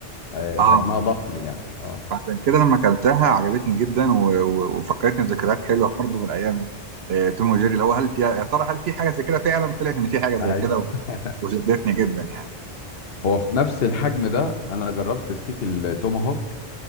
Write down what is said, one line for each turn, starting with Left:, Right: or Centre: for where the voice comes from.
Left: آه،
Right: اه
Left: حجمها ضخم يعني اه
Right: عشان كده لما اكلتها عجبتني جدا و... و... وفكرتني بذكريات حلوه برضه من ايام آه، توم وجيري اللي هو هل فيها يا ترى هل في حاجه زي كده فعلا طلعت ان في حاجه زي
Left: ايوه
Right: كده و...
Left: <laughs>
Right: وشدتني جدا يعني
Left: هو في نفس الحجم ده انا جربت ستيك التوماهوك